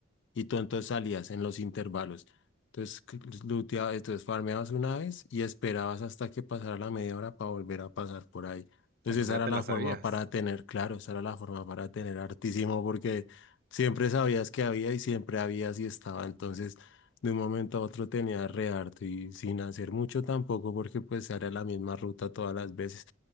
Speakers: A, on the left; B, on the right.
A: Y tú entonces salías en los intervalos. Entonces, c- looteabas, entonces farmeabas una vez y esperabas hasta que pasara la media hora para volver a pasar por ahí. Entonces,
B: No, pues
A: esa
B: ya
A: era
B: te
A: la
B: la sabías.
A: forma para tener, claro, esa era la forma para tener hartísimo porque siempre sabías que había y siempre había si estaba. Entonces, de un momento a otro tenía re harto y sin hacer mucho tampoco porque pues era la misma ruta todas las veces.